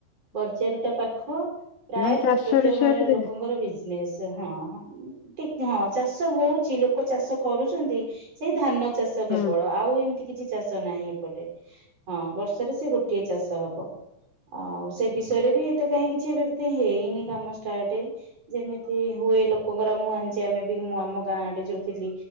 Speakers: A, on the right (about 35°); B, on the left (about 80°).
A: ବଜାର ଟା ପାଖ ପ୍ରାୟ
B: ମାନେ ଚାଷ
A: ପ୍ରତ୍ୟକ
B: ବିଷୟରେ
A: ଘର ଲୋକଙ୍କର
B: ହଁ
A: ବିଜନେସ ହଁ ଉଁ ଟି ହଁ ଚାଷ ହୋଉଚି ଲୋକ ଚାଷ କରୁଚନ୍ତି ସେଇ ଧାନ ଚାଷ
B: ହଁ
A: କେବଳ ଆଉ ଏମିତି କିଛି ଚାଷ ଷ ନାହିଁ ଏପଟେ ହଁ ବର୍ଷରେ ସେ ଗୋଟିଏ ଚାଷ ହବ। ଆଉ ସେ ବିଷୟରେ ବି ଏତେ କାଇଁ କିଛି କିନ୍ତୁ ହେଇନି କାମ ଷ୍ଟାର୍ଟ ଯେମିତି ଏମିତି ହୁଏ ଲୋକଙ୍କର ମୁଁ ଜାଣିଛି ଆମେ ବି ମୁଁ ଆମ ଗାଁ ଆଡେ ଯଉ ଥିଲି